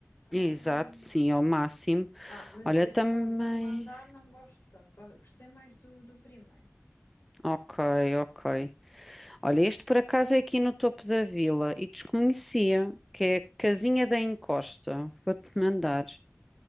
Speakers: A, on the left; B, in the centre.
A: hum.
B: Exato, sim, ao máximo.
A: Ah, mas
B: Olha,
A: este
B: também.
A: estás a mandar, não gosto tanto. Go- Gostei mais do, do primeiro.
B: Ok, ok. Olha, este por acaso é aqui no topo da vila e desconhecia, que é Casinha da Encosta. Vou-te mandar.